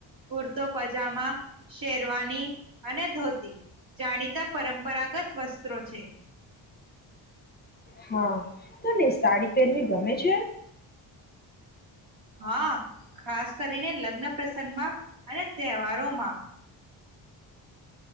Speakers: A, on the right; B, on the left.
A: કુર્તો, પજામા શેરવાની અને ધોતી જાણી. પરંપરાગત વસ્ત્રો છે.
B: હા, તને સાડી પહેરવી ગમે છે.?
A: હા, ખાસ કરીને લગ્ન પ્રસંગ માં. અને તહેવારોમાં.